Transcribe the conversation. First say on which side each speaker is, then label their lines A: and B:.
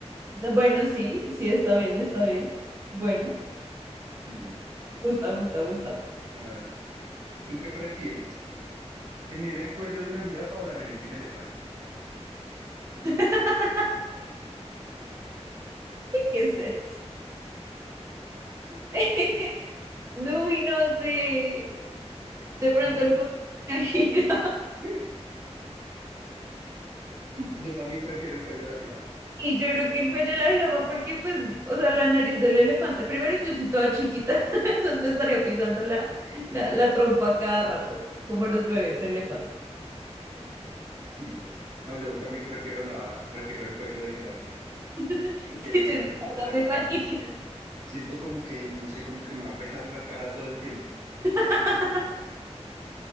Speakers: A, on the right; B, on the right.
A: bueno, sí, sí, está bien, está bien. Bueno,
B: Sí,
A: gusta, gusta, gusta.
B: a ver, ¿tú qué prefieres? Tener el cuello de una jirafa o la nariz de un elefante.
A: <laughs> ¿Qué sé? <laughs> No, y no sé. De pronto
B: Ah,
A: el juego es una gira.
B: <laughs> yo también prefiero el cuello de la jirafa.
A: Y yo creo que el cuello de la jirafa, porque pues, o sea, la nariz del elefante, primero yo soy toda chiquita, <laughs> entonces me estaría pisando la, la, la trompa cada rato, como los bebés elefante.
B: Sí. No, yo también prefiero la, prefiero el cuello de jirafa
A: <laughs>
B: que
A: Sí,
B: la
A: yo es que
B: nariz
A: hasta
B: de elefante.
A: me imagino.
B: Es que siento como que, no sé, como que me va a pesar la cara todo el tiempo.
A: <laughs>